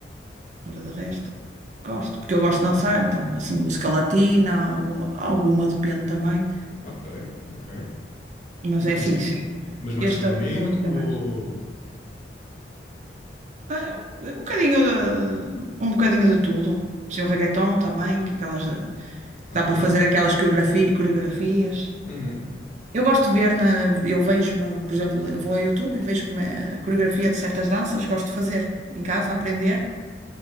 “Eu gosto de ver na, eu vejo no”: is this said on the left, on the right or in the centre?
Right